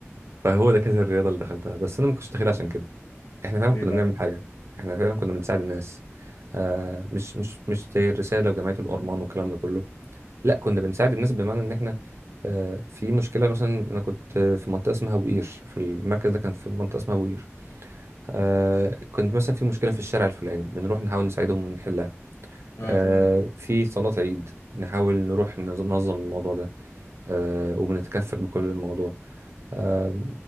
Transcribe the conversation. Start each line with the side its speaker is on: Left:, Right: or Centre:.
Right: فهو ده كانت الرياضة اللي دخلتها بس أنا ما كنتش داخلها عشان كده إحنا فعلا
Left: ليه
Right: كنا
Left: بقى؟
Right: بنعمل حاجة إحنا فعلا كنا بنساعد الناس آه مش مش مش زي الرسالة وجمعية الأورمان والكلام ده كله لا كنا بنساعد الناس بمعنى إن إحنا آه في مشكلة مثلا أنا كنت آه، في منطقة اسمها بوقير في المركز ده كان في منطقة اسمها بوقير آه كنت مثلا في مشكلة في الشارع الفلاني بنروح نحاول نساعدهم ونحلها
Left: أه
Right: آه
Left: تمام
Right: في صلاة عيد نحاول نروح ننظم الموضوع ده آه وبنتكفل بكل الموضوع آه